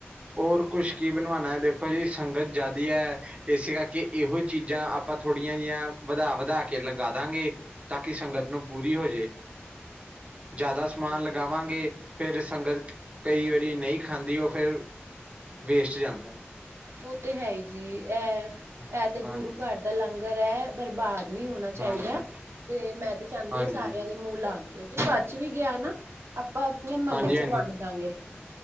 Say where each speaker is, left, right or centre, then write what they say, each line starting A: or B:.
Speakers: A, on the right (about 30°); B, on the right (about 85°).
A: ਹੋਰ ਕੁਛ ਕੀ ਬਣਵਾਉਣਾ ਹੈ ਦੇਖੋ ਜੀ ਸੰਗਤ ਜ਼ਿਆਦੀ ਹੈ, ਇਸੇ ਕਰਕੇ ਇਹੋ ਚੀਜ਼ਾਂ ਆਪਾਂ ਥੋੜ੍ਹੀਆਂ ਜਿਹੀਆਂ ਵਧਾ ਵਧਾ ਕੇ ਲਗਾ ਦਾਂਗੇ, ਤਾਂ ਕਿ ਸੰਗਤ ਨੂੰ ਪੂਰੀ ਹੋਜੇ।
B: <inaudible>
A: ਜ਼ਿਆਦਾ ਸਮਾਨ
B: ਹਾਂਜੀ
A: ਲਗਾਵਾਂਗੇ, ਫਿਰ ਸੰਗਤ ਕਈ ਵਾਰੀ ਨਹੀਂ ਖਾਂਦੀ ਉਹ ਫਿਰ ਵੇਸਟ ਜਾਂਦਾ ਹੈ।
B: ਉਹ ਤੇ ਹੈ ਹੀ ਜੀ ਇਹ,
A: ਹਾਂ,
B: ਇਹ ਤੇ
A: ਹਾਂਜੀ,
B: ਗੁਰੂ ਘਰ ਦਾ ਲੰਗਰ ਹੈ ਬਰਬਾਦ ਨਹੀਂ ਹੋਣਾ ਚਾਹੀਦਾ,
A: ਹਾਂਜੀ,
B: ਤੇ ਮੈਂ ਤਾਂ ਚਾਹੁੰਦੀ
A: ਹਾਂਜੀ।
B: ਆ ਸਾਰਿਆਂ ਦੇ ਮੂੰਹ ਲੱਗ ਜਾਏ ਜੇ ਬਚ ਵੀ ਗਿਆ ਨਾ, ਆਪਾਂ ਆਪਣੇ ਮਹੱਲੇ
A: ਹਾਂਜੀ,
B: ਚ
A: ਹਾਂਜੀ
B: ਵੰਡ ਦਾਂਗੇ।